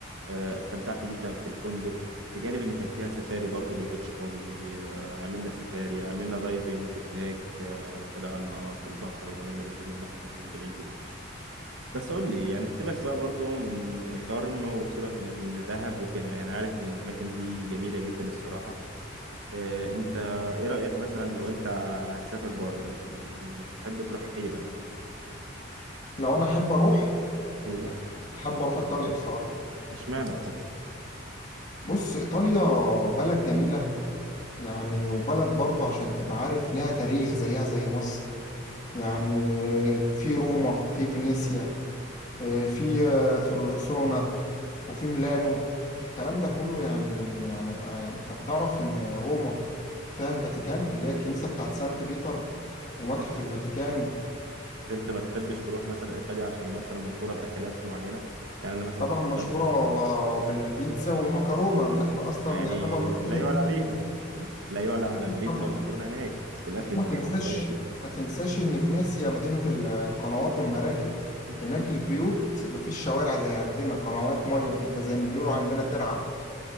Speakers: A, on the right (about 80°); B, on the left (about 40°).
A: آه، استمتعت جدا في الفندق بجانب ان كان فيها سفاري برضو بالبيتش باجي آه، عملنا سفاري عملنا دايفنج هناك آه، طلعنا في البحر وعملنا دايفنج البحر كان جميل جدا بس قول لي يعني سيبك بقى برضو من شرم وسيبك من دهب وكده يعني عارف ان الاماكن دي جميله جدا الصراحه إيه انت ايه رأيك مثلا لو انت هتسافر بره مثلا تحب تروح اي بلد
B: لو أنا أحب أروح
A: ايوه
B: أحب أروح إيطاليا بصراحة
A: اشمعنى ايطاليا
B: بص إيطاليا بلد جميلة يعني وبلد برضو عشان تبقى عارف لها تاريخ زيها زي مصر يعني في روما في فينيسيا آه، في آه، فلورسونا وفي ميلانو الكلام ده كله يعني يعني آه، انت تعرف ان روما فيها الفاتيكان اللي هي الكنيسة بتاعت سانت بيتر ومتحف الفاتيكان
A: طب انت ما تحبش تروح مثلا ايطاليا عشان مثلا مشهورة باكلات معينة يعني انا مثلا
B: طبعا
A: في ايطاليا
B: مشهورة آه، بالبيتزا والمكرونة اللي احنا
A: مم،
B: اصلا
A: يعني
B: يعتبر واخدين
A: لا
B: الاتنين
A: يعلى عليها
B: منهم
A: مم، لا يعلى على
B: اكيد
A: البيتزا
B: طبعا
A: والمكرونة هناك والاكل
B: ما
A: بتاعهم
B: تنساش
A: كويس جدا
B: ما تنساش ان فينيسيا مدينة القنوات والمراكب
A: مم،
B: هناك البيوت مفيش شوارع زي عندنا قنوات مية كده زي ما بيقولوا عندنا ترعة